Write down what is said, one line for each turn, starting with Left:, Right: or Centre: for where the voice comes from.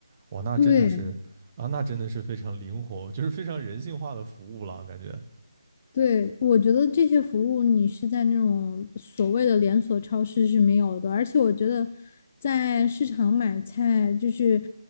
Right: 哇，那真的是啊，
Left: 对。
Right: 那真的是非常灵活，就是非常人性化的服务了，感觉，
Left: 对，我觉得这些服务你是在那种所谓的连锁超市是没有的，而且我觉得在市场买菜就是